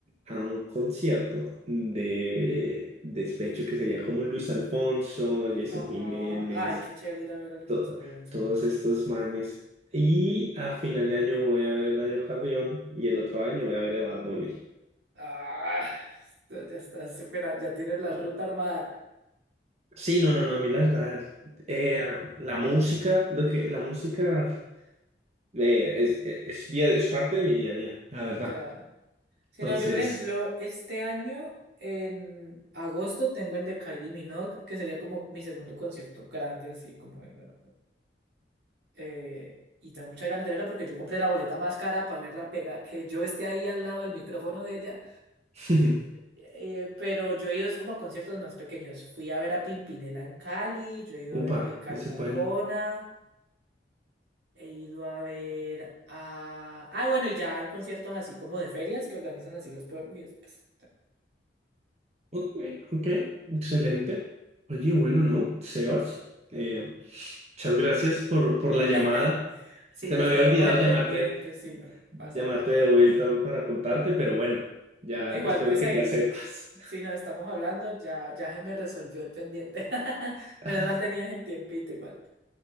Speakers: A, on the right; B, on the right.
A: a un concierto de despecho que sería como Luis Alfonso, Jason
B: Ajá.
A: Jiménez.
B: Ay, qué chévere ir a ver a Luis
A: to-
B: Vasco Gonzo.
A: todos estos manes. Y a final de año voy a ver el Eladio Carrión y el otro año voy a ver a Bad Bunny.
B: Ah, ya estás supera- ya tienes la ruta armada.
A: Sí, no, no, no, a mí la verdad, eh, la música, lo que, la música eh, es, es, es día, es parte de mi día a día, la verdad.
B: Ya. Si
A: Entonces,
B: no, yo por ejemplo, este año en agosto tengo el de Kylie Minogue, que sería como mi segundo concierto grande, así como... era, eh, y tengo muchas ganas de verla porque yo compré la boleta más cara para verla pegada, que yo esté ahí al lado del micrófono de ella.
A: <laughs>
B: Eh, pero yo he ido es como a conciertos más pequeños. Fui a ver a Pimpinela en Cali, yo he ido
A: upa,
B: a ver a Ricardo
A: ese es
B: Arjona.
A: bueno.
B: He ido a ver a... Ah, bueno, y ya en conciertos así como de ferias que organizan así los pueblos y después...
A: Ok, ok, excelente. Oye, bueno, ¿no? Sebas, eh, muchas gracias por, por
B: <laughs>
A: la llamada.
B: Si
A: Se
B: nos
A: me había
B: teníamos
A: olvidado
B: el
A: llamarte
B: pendiente, sí, no
A: llamarte
B: pasa nada.
A: de vuelta para contarte, pero bueno, ya
B: No, Igual,
A: espero
B: pues
A: que
B: ahí,
A: ya sepas.
B: si nos estamos hablando, ya, ya se me resolvió el pendiente. <laughs>
A: <laughs>
B: Menos mal tenías el tiempito igual.